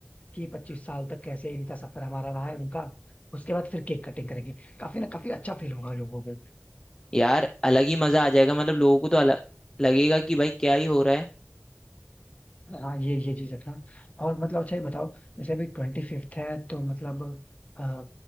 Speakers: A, on the left; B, on the left.
A: कि पच्चीस साल तक कैसे इनका सफर हमारा रहा है उनका उसके बाद फिर केक कटिंग करेंगे काफी ना काफी अच्छा फील होगा लोगों को
B: यार अलग ही मजा आ जाएगा मतलब लोगों को तो अलग लगेगा कि भाई क्या ही हो रहा है
A: हाँ ये ये चीज रखना और मतलब अच्छा ये बताओ जैसे अभी ट्वेंटी फिफ्थ है तो मतलब अ,